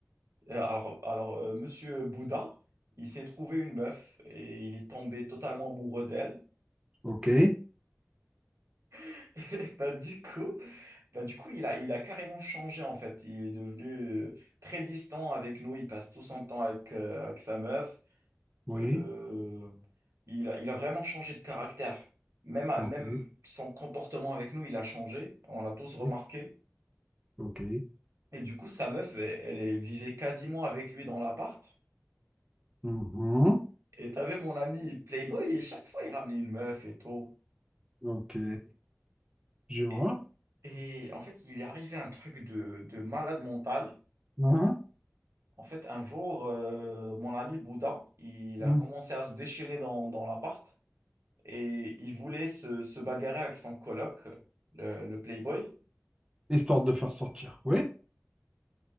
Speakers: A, on the right (about 75°); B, on the right (about 20°).
A: Euh, Alors, alors euh, Monsieur Bouddha, il s'est trouvé une meuf et il est tombé totalement amoureux d'elle.
B: Ok.
A: <laughs> Et bah, du coup, bah, du coup, il a, il a carrément changé en fait. Il est devenu euh, très distant avec nous. Il passe tout son temps avec, euh, avec sa meuf.
B: Oui.
A: Euh, il a, il a vraiment changé de caractère. Même, à-
B: Ok.
A: même son comportement avec nous, il a changé. On l'a tous remarqué.
B: Oui. Ok.
A: Et du coup, sa meuf, elle, elle est- vivait quasiment avec lui dans l'appart.
B: Mhm.
A: Et t'avais mon ami Playboy, et chaque fois, il ramenait une meuf et tout.
B: Ok. Je vois.
A: Et, et en fait, il est arrivé un truc de, de malade mental.
B: Hein,
A: En fait, un jour, euh, mon ami Bouddha, il a
B: hein.
A: commencé à se déchaîner dans, dans l'appart. Et il voulait se, se bagarrer avec son coloc, le le Playboy.
B: Histoire de le faire sortir, oui.